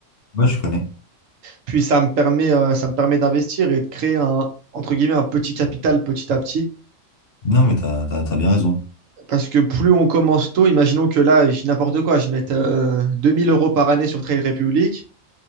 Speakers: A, on the left; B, on the right.
A: Ouais, je connais.
B: Puis ça me permet, euh, ça me permet d'investir et de créer un, entre guillemets, un petit capital petit à petit.
A: Non, mais t'as, t'as, t'as bien raison.
B: Parce que plus on commence tôt, imaginons que là, je dis n'importe quoi, je mette euh, 2000 euros par année sur Trade Republic.